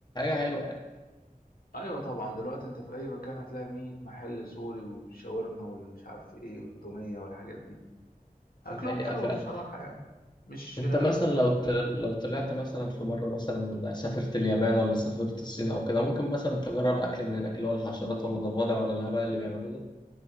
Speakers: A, on the left; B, on the left.
A: حلوة يعني
B: ايوه طبعا دلوقتي انت في اي مكان هتلاقي 100 محل سوري والشاورما والمش عارف ايه والتوميه والحاجات دي اكلهم
A: دي حقيقة
B: حلو
A: فعلا
B: بصراحه يعني مش
A: انت مثلا لو طل- لو طلعت مثلا في مرة مثلا سافرت اليابان ولا سافرت الصين او كده ممكن مثلا تجرب اكل من هناك اللي هو الحشرات ولا الضفادع ولا الهبل اللي بيعملوه ده